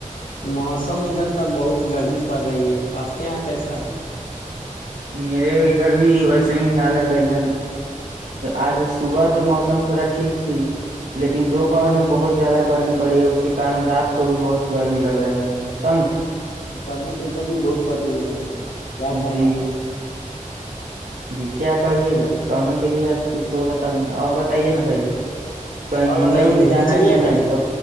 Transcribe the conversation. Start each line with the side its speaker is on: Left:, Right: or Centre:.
Left: موسم ادھر تو بہت گرمی پڑ رہی ہے آپ کے یہاں کیسا ہے
Right: میرے ادھر بھی ویسے ہی حال ہے بھائی جان آج صبح تو موسم تھوڑا ٹھیک تھی لیکن دوپہر میں بہت زیادہ گرمی پڑی ہے اس کے کن رات کو بھی بہت گرمی لگ رہا ہے بھائی جان سمجھ
Left: گرمی تو ادھر بھی بہت پڑ رہی ہے بھائی جان کیا کہیں
Right: جی
Left: آپ کو
Right: جی کیا کہیے گا کہنے کے لیے آپ کو کچھ ہوگا تب ن ا بتائیے نا بھائی جن کہیں
Left: اور
Right: گھومنے
Left: بتائیے
Right: وومنے جانا
Left: چلیے
Right: ہے کہ
Left: گا
Right: نہیں
Left: کہیں
Right: ب